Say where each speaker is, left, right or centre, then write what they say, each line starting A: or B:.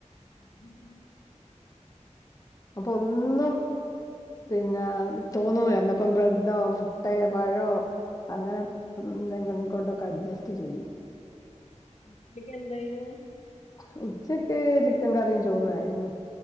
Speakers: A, on the left; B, on the left.
A: ഉ ഹ് <unintelligible>
B: പ്പൊ ഒന്നും പിന്നാ... തോന്നൂലന്നപ്പം ബ്രെഡോ മുട്ടേ പഴോ അങ്ങനെ ന്തെ കൊണ്ടൊക്കെ അഡ്ജസ്റ്റ് ചെയ്യും.
A: ഉച്ചക്ക് എന്തായിനു
B: <inaudible> ഉച്ചക്ക് ചി ക്കൻകറീം ചോറു ആയിര്ന്നു.